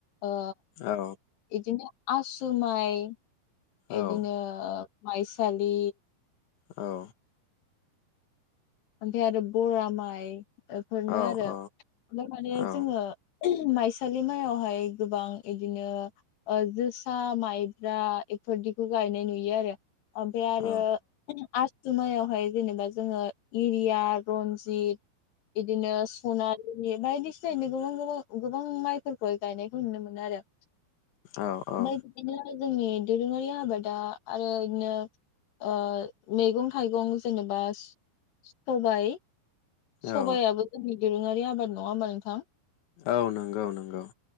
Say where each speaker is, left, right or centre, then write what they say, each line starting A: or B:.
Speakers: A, on the left; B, on the left.
A: ओ
B: औ
A: इदिनो आसुमाय
B: औ
A: इदिनो ओ माइसालि
B: औ
A: ओफ्राय आरो आरो बरा माय बेफोरनो
B: औ
A: आरो
B: औ
A: ओमफ्राय माने
B: औ
A: जोंङो माइसालि माइयावहाय गोबां बिदिनो जोसा, माइब्रा इफोरदिखौ गायनाय नुयो आरो ओमफाय आरो
B: औ
A: आस जुमाइयावहाय जेनेबा जोंङो इरिया, रनजित बिदिनो सनार बायदिसिनानि गोबां-गोबां-गोबां माइफोरखौहाय गायनायखौ नुनो मोनो आरो
B: औ औ
A: ओमफ्राय बिदिनो जोंनि दोरोंङारि आबादा आरो इदिनो ओ मैगं थाइगं जेनेबा सबाय सबाय
B: औ
A: आबो जोंनि दोरोंङारि आबाद नंङा होनबा नोंथां
B: औ नोंगौ-नोंगौ